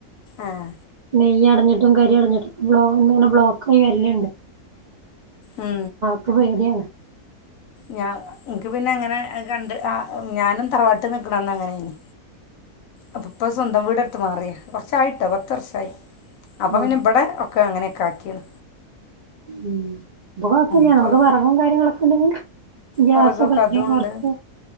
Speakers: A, on the left; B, on the right.
A: ആഹ്
B: നെയ്യ് അടഞ്ഞിട്ടും കരി അടഞ്ഞിട്ടും ബ്ലോ ഇങ്ങനെ ബ്ലോക്കായി വല്ല് ഇണ്ട്
A: ഉം
B: ക്ക് പേടിയാണ്
A: ഞാൻ നിക്ക് പിന്നെ എങ്ങനെ കണ്ട് ആഹ് ഞാനും തറവാട്ട് നിൽക്കണംന്ന് അങ്ങനെയിന്ന് അപ്പ ഇപ്പൊ സ്വന്തം വീടെട്ത്ത് മാറി കൊർച്ചായിട്ടോ പത്ത് വർഷായി അപ്പൊ
B: ആഹ്
A: പിന്നെ ഇബടെ ഒക്കെ അങ്ങനെക്കെ ആക്കീണ്
B: ഉം അത് കൊഴപ്പല്ല്യ
A: ഇപ്പോൾ
B: നമുക്ക് വെറകും കാര്യങ്ങളൊക്കെ ഇണ്ടെങ്കി ഗ്യാസൊക്കെ
A: വിറകൊക്കെ
B: അത്രയും
A: അതുകൊണ്ട്
B: കൊർക്കാ